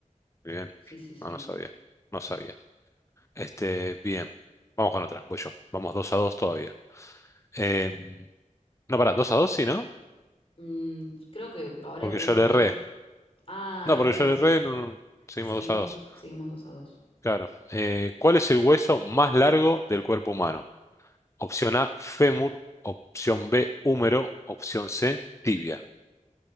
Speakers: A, on the left; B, on the left.
A: bien.
B: sí, sí, sí.
A: No, no sabía. No sabía. Este, bien. Vamos con otra. Voy yo. Vamos 2 a 2 todavía. Em, no, pará, 2 a dos, sí, ¿no?
B: Mm, creo que ahora
A: Porque
B: 3
A: yo
B: a
A: le
B: 2.
A: erré.
B: Ah,
A: No, porque
B: claro,
A: yo le
B: sí.
A: erré. No, no. Seguimos
B: Seguimos,
A: 2 a 2.
B: seguimos 2 a 2.
A: Claro. Eh, ¿cuál es el hueso más largo del cuerpo humano? Opción A, fémur. Opción B, húmero. Opción C, tibia.